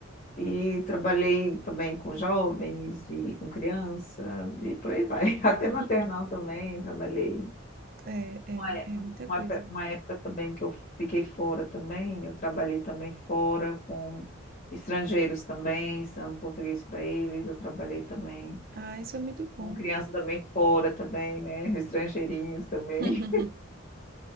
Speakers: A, on the left; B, on the right.
A: e trabalhei também com jovens e com criança, e por aí vai. <laughs> Até
B: <laughs>
A: maternal também, trabalhei.
B: É, é,
A: Uma, é-
B: é muita
A: uma
B: coisa.
A: pe- uma época também que eu fiquei fora também, eu trabalhei também fora com estrangeiros também, ensinando português para eles, eu trabalhei também
B: Ah, isso é muito bom.
A: com criança também fora também, né? Estrangeirinhos também,
B: <laughs>
A: <laughs>